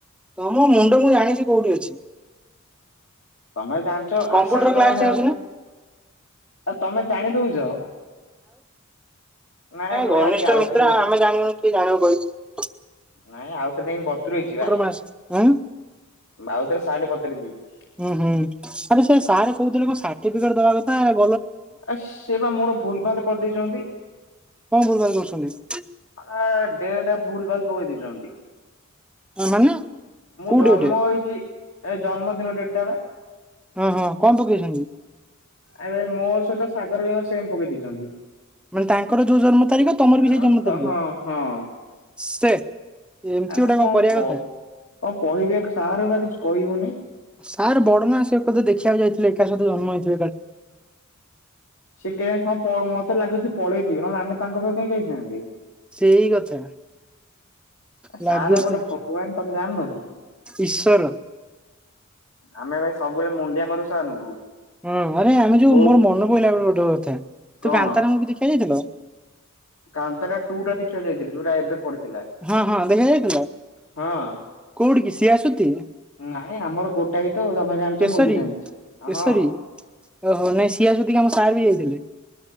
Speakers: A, in the centre; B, on the left.
A: ତମ ମୁଣ୍ଡ ମୁଁ ଜାଣିଛି
B: ତମେ ଜାଣିଛ
A: କମ୍ପ୍ୟୁଟର
B: ଆସା ତ ତମ
A: କ୍ଲାସ
B: ଆଉ
A: ଯାଉଛୁ ନା?
B: ତମେ ଜାଣି ଦଉଛ? ନାଇଁ
A: ଏ
B: ମୁଁ
A: ଘନିଷ୍ଠ
B: ଯାଉଚି ଆଉଥରେ
A: ମିତ୍ର ଆମେ ଜାଣିନୁ କି ଜାଣିବୁ କହି
B: ନାଇଁ ଆଉଥରେ ଯାଇକି ବତୁୁରେଇଚି ପା
A: ମାସ ଆଁ
B: ଆଉଥରେ ସାର୍ଟ ବତୁୁରେଇ ଦେଇଚି।
A: ହୁଁ ହୁଁ ଆ ସେ ସାର୍ କହୁଥିଲେ। କଣ ସାର୍ଟିଫିକେଟ ଦବା କଥା ଆଉ
B: ଆ ସେ ବା ମୋର ଭୁଲଭାଲ କରିଦେଇଚନ୍ତି।
A: କଣ ଭୁଲଭାଲ କରିସନ୍ତି।
B: ଆ ଡେଟ ଭୁଲ ଭାଲ ପକେଇ ଦେଇଚନ୍ତି।
A: ମାନେ
B: ମୁଁ
A: କୋଉଠି
B: ଜନ୍ମ
A: ଏଟେ
B: ହେଇଛି। ଏ ଜନ୍ମଦିନ ଡେଟ ଟା ବା।
A: ହଁ ହଁ କଣ ପକେଇଛନ୍ତି?
B: ଆ ମୋ ସହିତ ସାଗର ଭାଇ ଙ୍କ ସେମ ପକେଇଦେଇଚନ୍ତି।
A: ମାନେ ତାଙ୍କର ଯୋଉଁ ଜନ୍ମ ତାରିଖ ତମର ବି ସେଇ
B: ଆଁ
A: ଜନ୍ମ
B: ତ
A: ତାରିଖ
B: ହଁ ହଁ।
A: ସେ ଏମିତି
B: ଆ
A: ଗୋଟେ
B: କଣ
A: କରିବା
B: କହୁ
A: କଥା
B: କଣ କହିବି ସାର୍ ବା କିଛି କହିହଉନି।
A: ସାର୍ ବଡ ନା ସେ କଥା ଦେଖିବାକୁ ଯାଇଥିଲେ ଏକା ସହିତ ଜନ୍ମ ହେଇଥିଲେ କାଳେ।
B: ସେ କେ ହଁ ମତେ ଲାଗୁଛି ପଳେଇଥିବ ନହେଲେ ଆମେ ତାଙ୍କ ପାଖରେ କାଇଁ ଯାଇଥାନ୍ତେ?
A: ସେଇ କଥା
B: <inaudible>
A: ଲାଗୁଛି
B: ସାରା ଗୋଟେ ଭଗବାନ ତମେ ଜାଣିନ କି।
A: ଈଶ୍ୱର।
B: ଆମେ ଭାଇ ସବୁବେଳେ ମୁଣ୍ଡିଆ ମାରୁ ସରେ ଙ୍କୁ।
A: ହଁ ଆରେ ଆମେ ଯୋଉ
B: କୋଉ
A: ମୋର ମନେ ପଡିଲା ଗୋଟେ ଗୋଟେ କଥା
B: କଣ
A: ତୁ କାନ୍ତାରା ମୁଭି ଦେଖିବାକୁ ଯାଇଥିଲୁ?
B: କାନ୍ତାରା ଟୁ ଟା ଦେଖିବା ଯାଇଥିଲି ଯଉଟ ଏବେ ପଡିଥିଲା।
A: ହଁ ହଁ ଦେଖା ଯାଇଥିଲା?
B: ହଁ।
A: କୋଉଠିିକ କି ସିଏ ଆସୁଥ।
B: ନାଇଁ ଆମର ଗୋଟାଏ ତ ତମେ ଜାଣିଛ
A: କେଶରୀ
B: ମୁଁ ବି ଜାଣିଛି
A: କେଶରୀ
B: ହଁ।
A: ଓହୋ ନାଇଁ ସିଏ ଆସଛନ୍ତି କି ଆମ ସାର୍ ବି ଯାଇଥିଲେ।